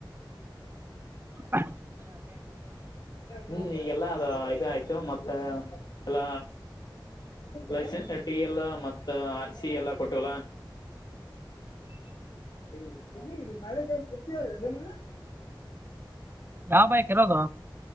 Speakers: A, on the right (about 25°); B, on the left (about 55°).
A: ಹ
B: ಹ್ಮ್ ಈಗೆಲ್ಲ ಅದ ಇದ ಆಯ್ತು ಮತ್ತ ಅಲ್ಲ ಲಸೆನ್ ಟಡಿ ಎಲ್ಲ ಮ ಆ ಸಿ ಎಲ್ಲಾ ಕೊಟ್ಟವಲ ಅ ಮಳೆರ್ತ ನಿ
A: ಯಾವ ಬೈಕ್ ಇರೋದು